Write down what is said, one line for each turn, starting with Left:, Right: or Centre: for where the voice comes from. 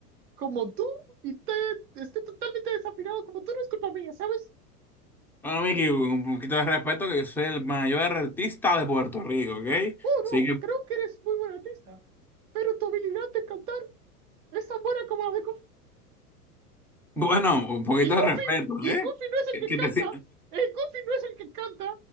Right: como tú y te, esté totalmente desafinado como tú, no es culpa mía, ¿sabes?
Centre: Bueno, Mickey, un poquito de respeto, que yo soy el mayor artista de Puerto Rico, ¿ok?
Right: Oh, no,
Centre: Así que,
Right: creo que eres muy buen artista, pero tu habilidad de cantar es tan buena como la de Goofy.
Centre: bueno, un poquito
Right: Y Goofy,
Centre: de
Right: y Goofy
Centre: respeto,
Right: no es el
Centre: ¿eh?
Right: que
Centre: Que
Right: canta,
Centre: te, si-
Right: el Goofy no es el que canta,